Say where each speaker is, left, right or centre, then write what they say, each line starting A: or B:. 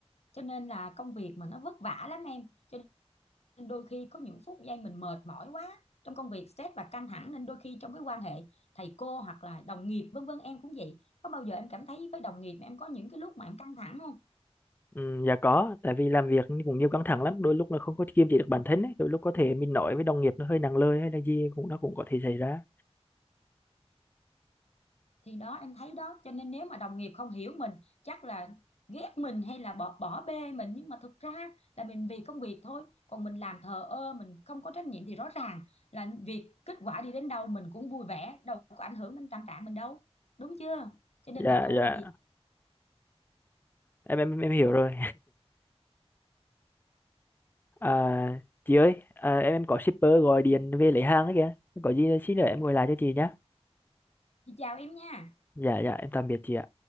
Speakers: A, on the left; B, on the left.
A: cho nên là công việc mà nó vất vả lắm em cho nên đôi khi có những phút giây mình mệt mỏi quá trong công việc stress và căng thẳng nên đôi khi trong cái quan hệ thầy cô hoặc là đồng nghiệp vân vân em cũng vậy có bao giờ em cảm thấy với đồng nghiệp mà em có những cái lúc mà em căng thẳng không
B: ừ, dạ có tại vì làm việc cũng nhiều căng thẳng lắm đôi lúc là không có kiềm chế được bản thân ấy. đôi lúc có thể mình nói với đồng nghiệp nó hơi nặng lời hay là gì cũng nó cũng có thể xảy ra
A: thì đó em thấy đó cho nên nếu mà đồng nghiệp không hiểu mình chắc là ghét mình hay là bỏ bỏ bê mình nhưng mà thực ra là mình vì công việc thôi còn mình làm thờ ơ mình không có trách nhiệm thì rõ ràng là việc kết quả đi đến đâu mình cũng vui vẻ đâu có ảnh hưởng đến tâm trạng mình đâu đúng chưa cho nên
B: dạ
A: là thôi
B: dạ
A: thì
B: em em em hiểu
A: thôi
B: rồi <laughs> à, chị ơi à, em em có shipper gọi điện về lấy hàng ấy kìa có gì xin nữa em gọi lại cho chị nhé
A: chị chào em nha
B: dạ dạ em tạm biệt chị ạ